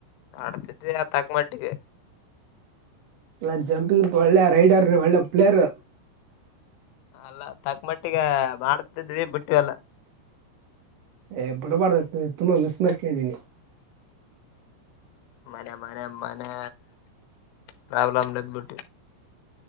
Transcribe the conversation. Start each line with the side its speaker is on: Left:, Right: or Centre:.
Left: ಅಡ್ತಿಟ್ಟ ಯತಾಕ ಮಾಡಟ್ಟಿಗೆ
Right: ಎಲ್ಲ ಜಂಪಿಂಗ ಒಳ್ಳೆ ರೈಡರ್ ಒಳ್ಳೆ ಪ್ಲೇಯರ್
Left: ಅಲ್ಲ ತಕ್ಕ ಮಟ್ಟಿಿಗೆ ಮಾಡ್ತಿದ್ವಿ ಬಿಟ್ಟವಿ ಅಲ್ಲ
Right: ಏ ಬಿಡಬಾರಡ್ದ ತುಂಬಾ ಮಿಸ್ ಮಾಡ್ಕೊಂಡೀನಿ
Left: ಮನೆ ಮನೆ ಮನೆ ಪ್ರಾಬ್ಲಮ ನದ್ ಬಿಟ್ಟು